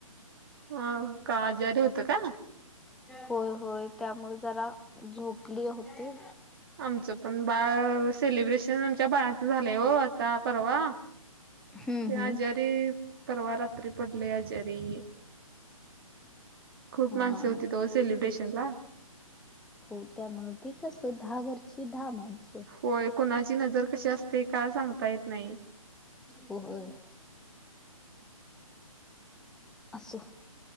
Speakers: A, on the right; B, in the centre.
A: ह का आजारी होतं का?
B: होय होय त्यामुळे जरा झोपली होते.
A: आमचं पण बाळ सेलिब्रेशन आमच्या बाळाचं झालंय हो आता परवा.
B: हम्म
A: त्या
B: हम्म
A: आजारी परवा रात्री पडलय आजरी, खूप
B: हा
A: माणस होती तो सेलिब्रेशन ला
B: हो त्यामुळ ते कस दहा घरची दहा माणस.
A: होय कुणाची नजर कशी असते काय सांगता येत नाही.
B: होय. असो.